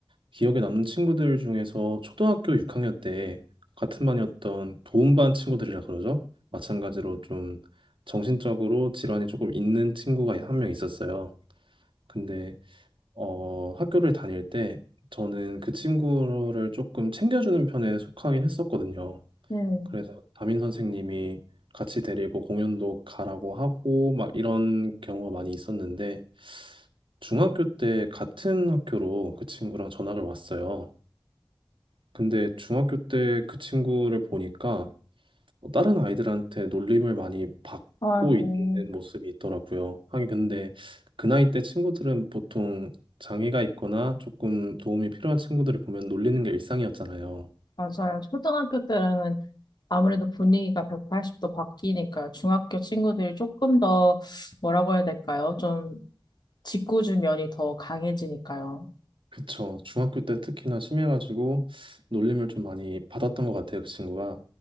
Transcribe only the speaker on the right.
기억에 남는 친구들 중에서 초등학교 6학년 때 같은 반이었던 도움반 친구들이라 그러죠. 마찬가지로 좀 정신적으로 질환이 조금 있는 친구가 한 명 있었어요. 근데 어, 학교를 다닐 때 저는 그 친구를 조금 챙겨주는 편에 속하긴 했었거든요.
그래서 담임 선생님이 같이 데리고 공연도 가라고 하고 막 이런 경우가 많이 있었는데 중학교 때 같은 학교로 그 친구랑 전학을 왔어요. 근데 중학교 때 그 친구를 보니까 어, 다른 아이들한테 놀림을 많이 받고
있는 모습이 있더라고요. 하긴 근데 그 나이 때 친구들은 보통 장애가 있거나 조금 도움이 필요한 친구들을 보면 놀리는 게 일상이었잖아요.
그쵸. 중학교 때 특히나 심해가지고 놀림을 좀 많이 받았던 것 같아요, 그 친구가.